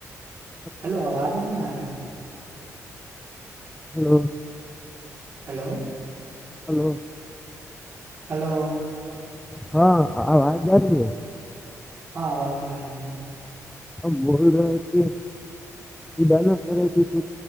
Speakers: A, in the centre; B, on the right.
A: <unintelligible>
B: ہلو آواز نہیں آ رہا
A: ہلو
B: ہلو <unintelligible>
A: ہلو <unintelligible>
B: ہلو <unintelligible>
A: ہاں آ آاز جیا رہ رہ ہے
B: ہاں آواز آ رہی ہے
A: اب بول رہے کہ خدا نہ کرے کہھ